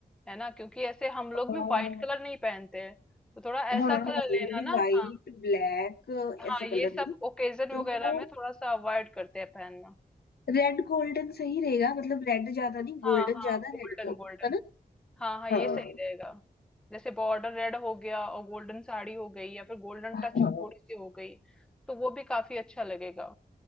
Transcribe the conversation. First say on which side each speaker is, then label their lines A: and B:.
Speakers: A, in the centre; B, on the left.
A: है ना क्योंकि ऐसे हम लोग
B: तो।
A: में व्हाइट कलर नहीं पहनते हैं तो थोड़ा ऐसा
B: हाँ हाँ,
A: कलर
B: हमारे
A: लेना
B: में भी
A: ना
B: वाइट
A: हाँ
B: ब्लैक
A: हाँ
B: ऐसे कलर
A: ये सब
B: नहीं
A: ओकेजन
B: तो
A: वगैरह में थोड़ा सा अवॉइड करते हैं पहनना
B: रेड गोल्डन सही रहेगा मतलब रेड ज्यादा नहीं
A: हाँ
B: गोल्डन
A: हाँ
B: ज्यादा
A: गोल्डन
B: रेड कम
A: गोल्डन
B: है ना
A: हाँ हाँ ये
B: हाँ
A: सही रहेगा जैसे बॉर्डर रेड हो गया और गोल्डन साड़ी हो गई या फिर गोल्डन
B: हाँ
A: टच थोड़ी सी हो गई तो वो भी काफी अच्छा लगेगा